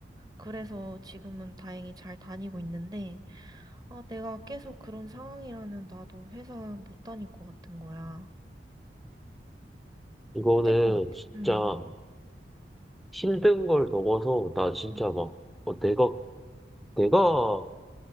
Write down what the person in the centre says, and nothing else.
이거는
진짜
힘든 걸 넘어서 나 진짜
막 어, 내가 내가